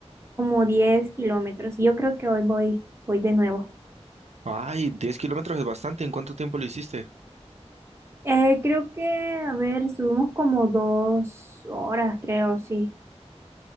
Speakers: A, on the right; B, on the right.
A: como 10 kilómetros y yo creo que hoy voy, voy de nuevo.
B: Ay, 10 kilómetros es bastante. ¿En cuánto tiempo lo hiciste?
A: Eh, creo que, a ver, subimos como dos horas, creo, sí,